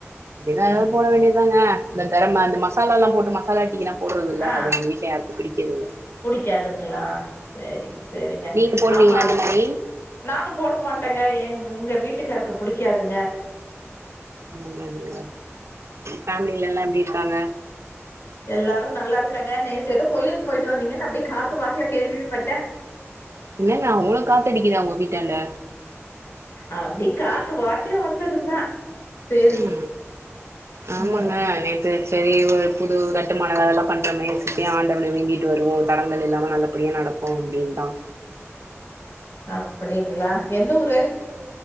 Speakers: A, on the right; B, on the left.
A: இப்டிதா
B: ம்
A: எதாவது போட வேண்டியதுதாங்க அந்த கரம் அந்த மசால எல்லா போட்டு மசாலா டீ லா போடுறது இல்ல
B: ஆ
A: அது எங்க வீட்ல யாருக்கு பிடிக்கறதுதில்ல
B: புடிக்காதுங்களா செரிங்க செரிங்க
A: நீங்க போடுவீங்களா
B: ஆமா அது
A: அந்த மாரி
B: நானு போட மாட்டேங்க எ எங்க வீட்டுக்காருக்கு புடிக்காதுங்க
A: நல்லதுங்க ஃபேமிலில எல்லா எப்டி இருக்காங்க
B: எல்லாரு நல்லா இருக்காங்க நேத்து ஏதோ கோயிலுக்கு போயிட்டு வந்தீங்கன்னு அப்டி காத்து வாக்கல கேள்விப்பட்டே
A: என்னங்க அவளோ காத்த அடிக்குதா உங்க வீட்டாண்ட
B: அப்டி காத்து வாக்குல வந்ததுதா சேரி
A: ம் ஆமாங்க
B: ம்
A: நேத் செரி செரி ஒரு புது கட்டுமான வேல எல்லா பண்றோமே செரி ஆண்டவன வேண்டிட்டு வருவோ தடங்கள் இல்லாம நல்லபடியா நடக் கு அப்டினு தா
B: அப்டிங்களா எந்த ஊரு